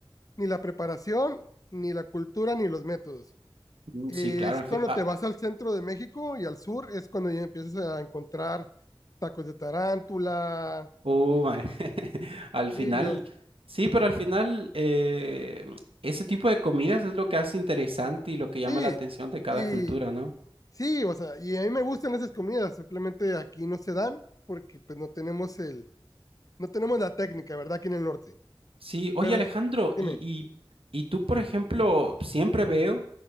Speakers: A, on the left; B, on the right.
A: ni la preparación, ni la cultura, ni los métodos.
B: Mm,
A: Es
B: Sí, claro, al,
A: cuando
B: fi- ah,
A: te vas
B: ah,
A: al centro de México y al sur, es cuando ya empiezas a encontrar tacos de tarántula,
B: oh,
A: y
B: my. <laughs> Al
A: grillos.
B: final, sí, pero al final eh, ese tipo de comidas es lo que hace interesante y lo que llama
A: Sí,
B: la atención de cada
A: y
B: cultura, ¿no?
A: sí, o sea, y a mí me gustan esas comidas, simplemente aquí no se dan porque pues no tenemos el, no tenemos la técnica, ¿verdad? Aquí en el norte.
B: Sí, oye
A: Pero
B: Alejandro,
A: dime.
B: y, y, y tú, por ejemplo, siempre veo